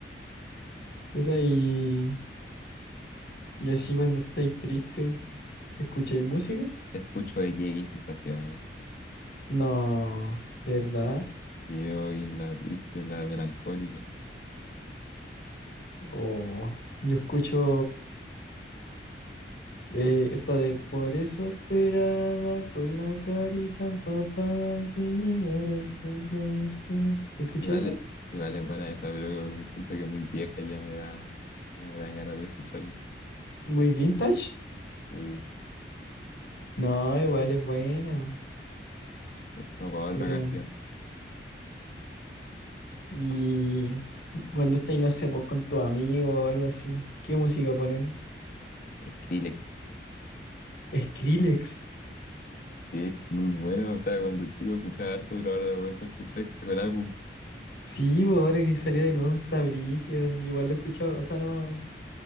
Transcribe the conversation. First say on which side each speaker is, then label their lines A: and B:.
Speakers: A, on the left (about 65°); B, on the left (about 50°).
A: Puta, y, y así cuando estáis triste, ¿escucháis música?
B: Escucho de Tentación ahí.
A: No, de verdad.
B: Sí, me voy en la triste, en la melancólica.
A: Oh, yo escucho eh, esta de Por eso esperaba con la carita empapada que llegaras con rosas. ¿Escuchó
B: Igual,
A: esa?
B: es- igual es buena esa, pero porque siento que es muy vieja y ya me da, no me dan ganas de escucharla.
A: ¿Muy vintage?
B: Sí, es-
A: No, igual es buena.
B: no, para otra
A: Puta.
B: ocasión.
A: Y cuando estáis, no sé, pues con tu amigo o algo así, ¿qué música ponen?
B: Skrillex.
A: Skrillex.
B: Sí, muy bueno. O sea, cuando chico escuchaba harto, pero ahora lo he vuelto a escuchar, que sacó el álbum.
A: Sí, pues ahora que salió de nuevo está brígido. Yo Igual lo he escuchado, o sea, no,